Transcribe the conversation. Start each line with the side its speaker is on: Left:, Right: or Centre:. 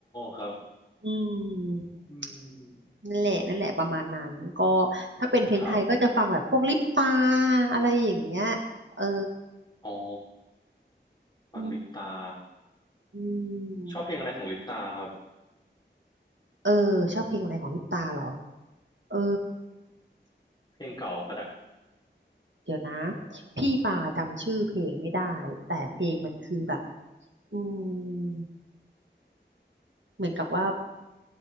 Left: ครับ
Right: อืม
Left: อืม
Right: นั่นแหละนั่นแหละประมาณนั้นก็ถ้าเป็นเพลงไทยก็จะฟังแบบพวกลิปตา
Left: ครับ
Right: อะไรอย่างเงี้ยเออ
Left: อ๋อฟังลิปตา
Right: อืมอืม
Left: ชอบเพลงอะไรของลิปตาครับ
Right: เออชอบเพลงอะไรของลิปตาเหรอเออ
Left: เพลงเก่าก็ได้
Right: เดี๋ยวนะพี่ป่าจำชื่อเพลงไม่ได้แต่เพลงมันคือแบบอืมเหมือนกับว่า